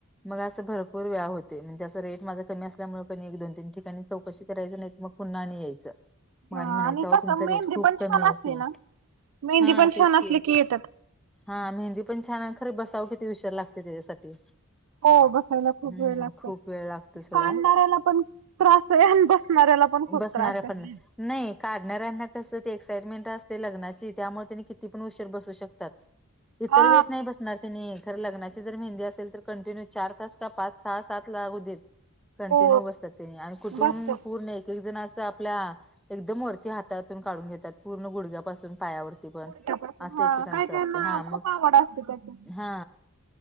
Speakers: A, in the centre; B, on the right (about 85°).
A: मग असं भरपूर वेळा होते म्हणजे असं रेट माझं कमी असल्यामुळे क एक दोन तीन ठिकाणी चौकशी करायच नाही तर मग पुन्हा आणि यायचं. मग
B: हा
A: आणि म्हणायचं हो
B: कसं
A: तुमचा
B: मेहंदी
A: रेट खूप
B: पण
A: कमी
B: छान
A: आहे
B: असली
A: की
B: ना मेहंदी
A: हा
B: पण
A: तेच
B: छान असली
A: की
B: येतात.
A: हा मेहंदी पण छान आहे खरे बसावं किती उशिर लागते त्याच्यासाठी
B: हो बसायला खूप
A: हम्म
B: वेळ लागतो
A: खूप वेळ लागतो सोडा
B: काडणाऱ्याला पण त्रास आहे आणी बसणाऱ्यांना पण खूप
A: बसणाऱ्या
B: त्रास आहे.
A: पण नाही काढणार्‍याना कसं ते एक्साइटमेंट असते लग्नाची त्यामुळे त्याने किती पण उशीर बसू शकतात. इतर
B: हा
A: वेळेस नाही बसणार त्यांनी तर लग्नाची जर मेहंदी असेल तर कंटिन्यू चार तास का पाच सहा सात लागू देत. कंटिन्यू
B: हो
A: बसतात त्यांनी आणि कुठून
B: बसत
A: पूर्ण एक एक जण आपल्या एकदम वरती हातातून काढून घेतात पूर्ण गुडघ्या पाासून पायावर पण
B: गुडघ्यापासून
A: असं
B: हा
A: एकेकांच
B: काय
A: असते
B: काय ना
A: हा
B: खूप
A: मग
B: आवड असते त्याची
A: हा